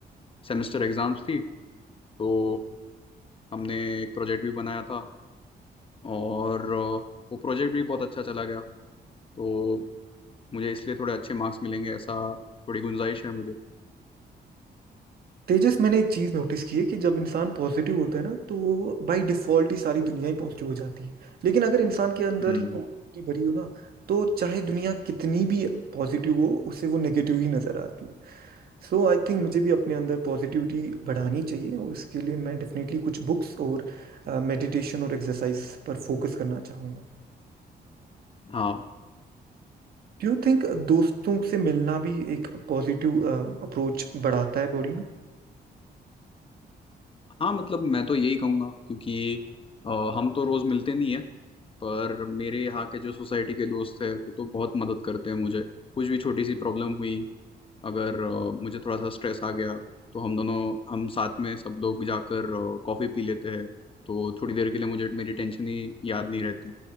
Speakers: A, on the left; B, on the right.
A: सेमेस्टर एग्जाम्स थी तो हमने एक प्रोजेक्ट भी बनाया था और अ, वो प्रोजेक्ट भी बहुत अच्छा चला गया तो मुझे इसलिए थोड़े अच्छे मार्क्स मिलेंगे ऐसा थोड़ी गुंजाइश है मुझे
B: तेजस मैंने एक चीज नोटिस की है कि जब इंसान पॉजिटिव होता है ना तो बाय डिफॉल्ट ही सारी दुनिया ही पॉजिटिव हो जाती है लेकिन अगर इंसान के अंदर
A: हम्म
B: ही नेगेटिविटी भरी हो ना तो चाहे दुनिया कितनी भी पॉजिटिव हो उसे वो नेगेटिव ही नजर आती है सो आई थिंक मुझे भी अपने अंदर पॉजिटिविटी बढ़ानी चाहिए और इसके लिए मैं डेफिनेटली कुछ बुक्स और मेडिटेशन और एक्सरसाइज पर फोकस करना चाहूँगा
A: हाँ
B: डू यू थिंक दोस्तों से मिलना भी एक पॉजिटिव अप्रोच बढ़ाता है बॉडी में
A: हाँ मतलब मैं तो यही कहूँगा क्योंकि अ, हम तो रोज़ मिलते नहीं है पर मेरे यहाँ के जो सोसाइटी के दोस्त हैं वो तो बहुत मदद करते हैं मुझे कुछ भी छोटी सी प्रॉब्लम हुई अगर अ, मुझे थोड़ा सा स्ट्रेस आ गया तो हम दोनों हम साथ में सब लोग जाकर कॉफ़ी पी लेते हैं तो थोड़ी देर के लिए मुझे मेरी टेंशन ही याद नहीं रहती